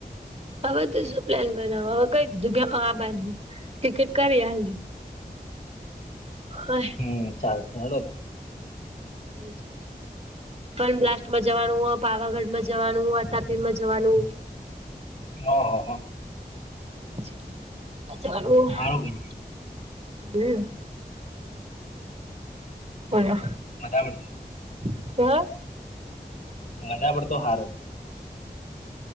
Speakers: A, on the right; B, on the left.
A: અવે તો શું પ્લેન બનાવુ હવે કઈ દીધુ કે હઅ આબાની હુ ટિકિટ કરી આ. <inaudible>
B: હમ, ચાલસે હેડો
A: એ જે ફન બ્લાસ્ટમાં જવાનું હ, પાવાગઢમા જવાનું હ, અતાપીમાં જવાનુ
B: ઓ હો હો
A: હમ્મ
B: સારું કરું
A: પરા
B: મજા પડશે
A: <unintelligible>
B: મજા પડતો હારુ